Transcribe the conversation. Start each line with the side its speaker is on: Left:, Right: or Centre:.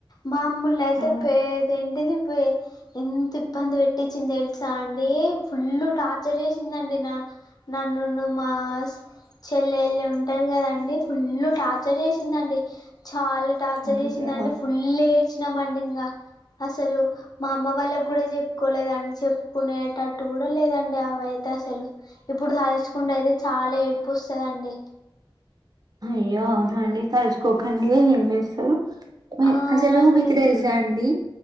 Left: మామ్మలనయితే
Right: ఆ,
Left: పేదేంటిది. పే ఎంత ఇబ్బంది పెట్టిచ్చింది తెలుసా అండి. ఫుల్ టార్చర్ చేసిందండి. న నన్ను మాస్ చెల్లెలు ఉంటారు కదండి. ఫుల్ టార్చర్ చేసిందండి. చాలా టార్చర్
Right: అయ్యా
Left: చేసిందండి. ఫుల్ ఏడ్చినామ అండి. ఇంగా అసలు మా అమ్మ వాళ్ళకి కూడా చెప్పుకోలేదండి. చెప్పుకునేటట్టు కూడా లేదండి. అండి అవి అయితే అసలు ఇప్పుడు తలుచుకుంటే అయితే చాలా ఏడుపు వస్తుందండి.
Right: అయ్యో అవునండి. తలుచుకోకండి ఏం చేస్తారు? మేమ్
Left: ఆ అవునండి
Right: అసలు మీకు
Left: ఆ
Right: తెలుసా అండి?